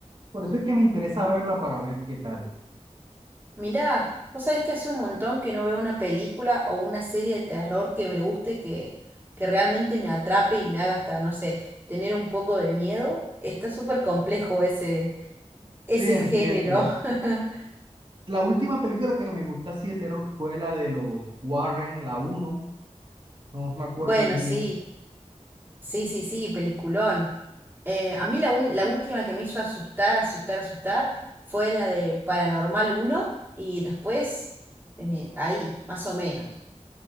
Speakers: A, on the right; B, on the right.
A: Por eso es que me interesa verla para ver qué tal.
B: Mirá, vos sabés que hace un montón que no veo una película o una serie de terror que me guste, que, que realmente me atrape y me haga hasta, no sé, tener un poco de miedo. Está súper complejo ese, ese
A: Sí, entiendo.
B: género. <laughs>
A: La última película que me gustó así de terror fue la de los Warren, la uno No me acuerdo
B: Bueno,
A: muy
B: sí,
A: bien.
B: sí, sí, sí, peliculón. Eh, a mí la, un- la última que me hizo asustar, asustar, asustar fue la de Paranormal uno y después eh, ahí, más o menos.